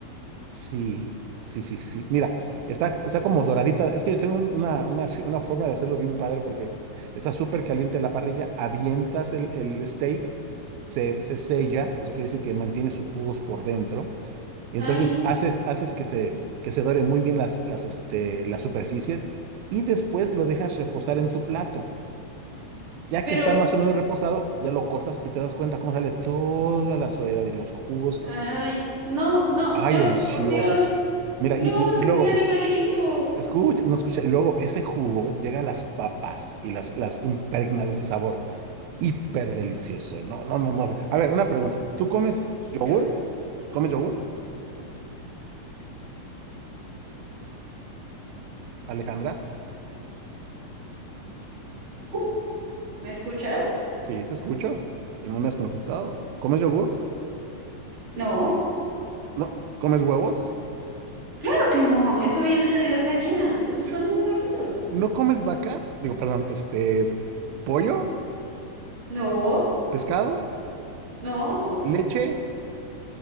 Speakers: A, on the right; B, on the right.
A: Sí, sí, sí, sí. Mira, está, está como doradita. Es que yo tengo un- una, una, así- una forma de hacerlo bien padre porque está súper caliente la parrilla, avientas el, el steak, se, se sella, eso quiere decir que mantiene sus jugos por dentro. Y
B: Ay,
A: entonces haces, haces que se, que se dore muy bien las, las, este, las superficies y después lo dejas reposar en tu plato. Ya
B: pero
A: que está más o menos reposado, ya lo cortas y te das cuenta cómo sale toda la suavidad y los jugos.
B: Ay, no, no,
A: ¡Ay,
B: Joe,
A: deliciosos!
B: por Dios,
A: Mira,
B: lo,
A: y, y- y luego,
B: el animalito.
A: Escucha, no escucha. Y luego ese jugo llega a las papas y las, las impregna de ese sabor hiper delicioso. No, no, no, no. A ver, una pregunta. ¿Tú comes yogurt?
B: Joe,
A: ¿Comes yogurt, Alejandra?
B: uh, ¿me escuchas?
A: Sí, te escucho y no me has contestado. ¿Comes yogurt?
B: No,
A: No. ¿Comes huevos?
B: claro que no, eso viene de las gallinas, esos
A: Eh,
B: son animalitos.
A: ¿no comes vacas? Digo, perdón, este, pollo,
B: No,
A: pescado,
B: no,
A: leche.